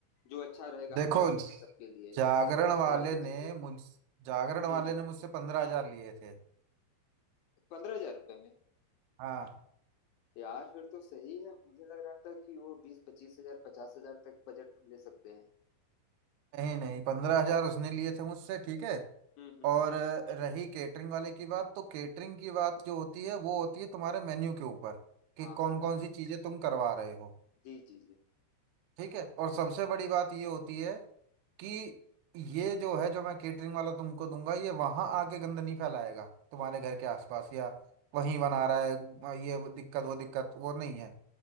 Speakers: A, on the left; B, on the right.
A: जो अच्छा रहेगा
B: देखो
A: हमारे लिए सबके लिए
B: जागरण
A: उस
B: वाले
A: तरह की
B: ने
A: चीजें
B: मुझ जागरण
A: जी
B: वाले
A: जी
B: ने मुझसे पंद्रह हजार लिए थे
A: पंद्रह हजार रुपये में
B: हाँ
A: यार फिर तो सही है मुझे लग रहा था कि वो बीस पच्चीस हजार पचास हजार तक बजट ले सकते हैं
B: नहीं नहीं पंद्रह हजार उसने लिए थे मुझसे ठीक है
A: हम्म हम्म
B: और अ, रही केटरिंग वाले की बात तो केटरिंग की बात जो होती है वो होती है तुम्हारे मेन्यू के ऊपर कि
A: हाँ हाँ
B: कौन कौन सी चीजें तुम करवा रहे हो
A: जी जी जी
B: ठीक है और सबसे बड़ी बात ये होती है कि ये जो है जो मैं केटरिंग वाला तुमको दूंगा ये वहां आके गंद नहीं फैलाएगा तुम्हारे घर के आसपास या वहीं बना रहा है अ, ये वो दिक्कत वो दिक्कत वो नहीं है